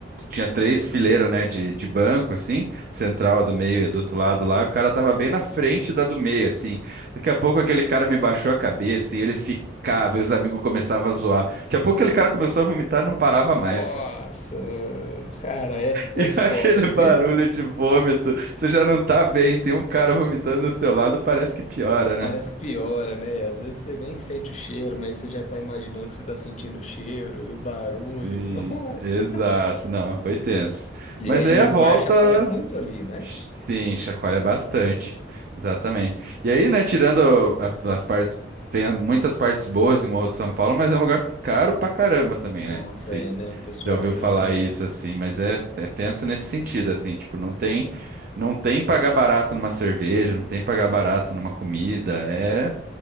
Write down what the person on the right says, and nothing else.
tinha três fileiras, né, de, de banco, assim, central, a do meio e do outro lado lá. E o cara tava bem na frente da do meio, assim. Daqui a pouco aquele cara me baixou a cabeça e ele ficava, e os amigos começavam a zoar. Daqui a pouco aquele cara começou a vomitar e não parava
mais, cara. <laughs>
E
aquele
barulho de vômito, você já não tá bem, tem um cara vomitando do teu lado, parece que piora,
né?
Sim,
exato. Não, foi tenso.
Mas
aí
a volta,
sim, chacoalha bastante. Exatamente. E aí, né, tirando a- as partes, tem muitas partes boas em Morro de São Paulo, mas é um lugar caro pra caramba também,
né? Não sei
se
já ouviu
falar isso assim, mas é, é tenso nesse sentido, assim, tipo, não tem, não tem pagar barato numa cerveja, não tem pagar barato numa comida, é